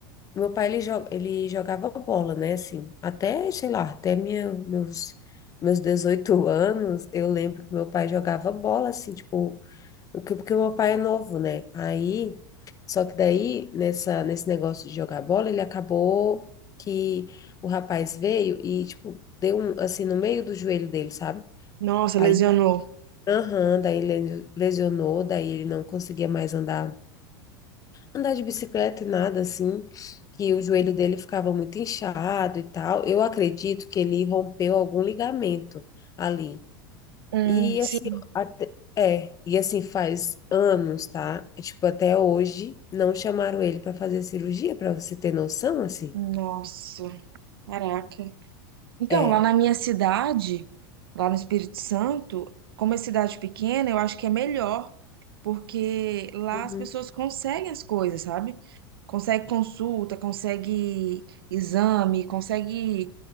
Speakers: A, on the left; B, on the right.
A: meu pai, ele, jo- ele jogava bola, né? Assim, até, sei lá, até minha, meus, meus 18 anos, eu lembro que meu pai jogava bola, assim, tipo, porque, porque meu pai é novo, né? Aí, só que daí, nessa, nesse negócio de jogar bola, ele acabou que o rapaz veio e, tipo, deu um, assim, no meio do joelho dele, sabe?
B: Nossa,
A: Aí,
B: lesionou.
A: aham, daí ele lesionou, daí ele não conseguia mais andar andar de bicicleta e nada assim, que o joelho dele ficava muito inchado e tal. Eu acredito que ele rompeu algum ligamento ali.
B: hum,
A: E
B: sim,
A: assim, ó, até- é, e assim faz anos, tá? É, Tipo, até hoje não chamaram ele para fazer cirurgia, para você ter noção, assim.
B: Nossa, caraca. Então,
A: É.
B: lá na minha cidade, lá no Espírito Santo, como é cidade pequena, eu acho que é melhor porque lá
A: Uhum.
B: as pessoas conseguem as coisas, sabe? Consegue consulta, consegue exame, consegue